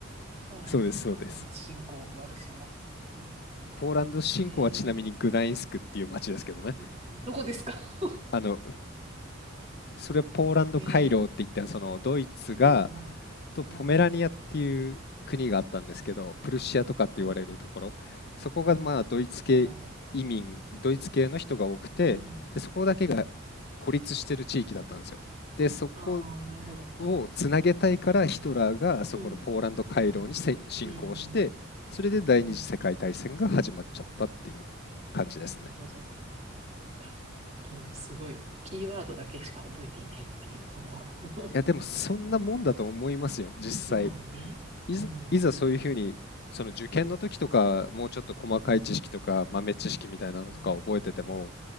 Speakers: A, on the right; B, on the left.
A: ポーランド、
B: そうです、そうです。
A: ポーランド侵攻、ワルシャワ。うん、
B: ポーランド侵攻はちなみにグダインスクっていう街ですけどね。
A: えー、うんどこですか
B: あの、それはポーランド回廊って言ったそのドイツが
A: <laughs> えー、うん、
B: とポメラニアっていう国があったんですけどプルシアとかって言われるところそこがまあドイツ系移民ドイツ系の人が多くてでそこだけが
A: うん。ああ、うん。うん。
B: 孤立してる地域だったんですよでそこ
A: ああ、なるほど。あ、
B: をつなげたいからヒトラーがそこのポーランド回廊にせ侵攻してそれで第二次世界大戦が始まっちゃったっていう感じですね
A: そう。うん。うん。うん。うん。うんなるほど。やっぱもうすごい、キーワードだけしか覚えていないっていう、この
B: いやでもそんなもんだと思いますよ実際
A: <laughs> まあね。
B: いざ、
A: うん。
B: いざそういうふうに、その受験の時とか、もうちょっと細かい知識とか、豆知識みたいなのとか覚えてても、
A: うん。